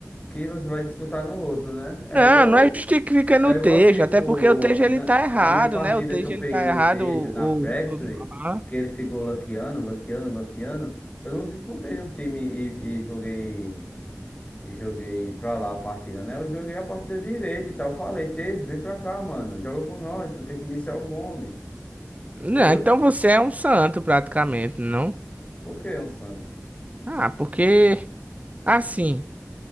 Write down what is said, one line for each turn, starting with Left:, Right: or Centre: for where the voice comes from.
Left: que você vai disputar no outro, né? É
Right: Não,
Left: igual
Right: não é justificando
Left: É
Right: o
Left: igual,
Right: Tejo,
Left: tipo,
Right: até porque o Tejo ele
Left: na,
Right: tá errado,
Left: na minha partida
Right: né? O Tejo
Left: que eu peguei
Right: ele tá
Left: o
Right: errado,
Left: Tejo
Right: o,
Left: na Factory,
Right: o... o- Aham.
Left: que ele ficou luckeando, luckeando, luckeando, eu não descontei no time e, e joguei e joguei pra lá a partida, né? Eu joguei a partida direita e tal. Falei, Tejo, vem pra cá, mano, joga com nós, tu tem que iniciar o bombe,
Right: Não,
Left: entendeu?
Right: então você é um santo praticamente, não?
Left: Por que um santo?
Right: Ah, porque assim.